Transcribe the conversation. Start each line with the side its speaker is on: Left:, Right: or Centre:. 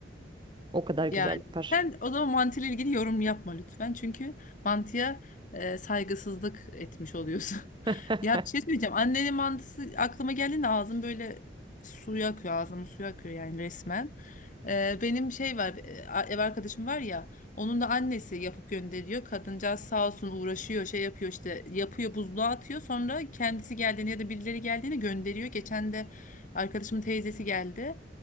Right: O kadar güzel
Left: Yani
Right: yapar.
Left: sen o zaman mantıyla ilgili yorum yapma lütfen. Çünkü mantıya e, saygısızlık etmiş oluyorsun. <laughs>
Right: <laughs>
Left: Ya bir şey söyleyeceğim. Annenin mantısı aklıma geldiğinde ağzım böyle suya akıyor. Ağzımın suyu akıyor yani resmen. E, benim şey var e, a- ev arkadaşım var ya onun da annesi yapıp gönderiyor. Kadıncağız sağ olsun uğraşıyor şey yapıyor işte yapıyor buzluğa atıyor. Sonra kendisi geldiğinde ya da birileri geldiğinde gönderiyor. Geçen de arkadaşımın teyzesi geldi.